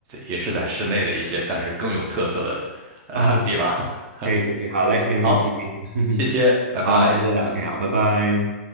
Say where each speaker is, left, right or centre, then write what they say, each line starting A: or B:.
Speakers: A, on the right; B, on the right.
A: 也是在室内的一些，但是更有特色的的呃地方。
B: <laughs> 啊，
A: <laughs>
B: 可以可以可以，好嘞，没问题。
A: 好，谢谢，
B: <laughs>
A: 拜拜。
B: 好，下次再聊，OK，好，拜拜。